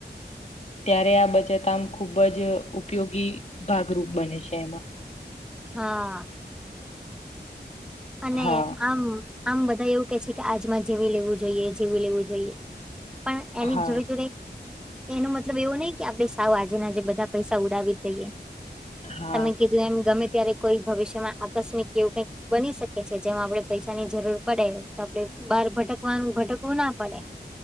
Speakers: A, on the left; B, in the centre.
A: ત્યારે આ બચત આમ ખુબ જ ઉપયોગી ભાગરૂપ બને છે એમાં.
B: હા. અને
A: હા
B: આમ આમ બધા એવું કે છે કે આજમાં જેવી લેવું જોઈએ જેવું લેવું જોઈએ. પણ એની
A: હા
B: જોડે જોડે એનો મતલબ એવો નહી કે આપડે સાવ આજે ને આજે બધા પૈસા ઉડાવી જ દઈએ.
A: હા
B: તમે કીધું એમ ગમે ત્યારે કોઈ ભવિષ્યમાં આકસ્મિક કેવું કઈક બની શકે કે છે જેમાં આપડણે પૈસાની જરૂર પડે તો આપણે બહાર ભટકવાનું ભટકવું ના પડે.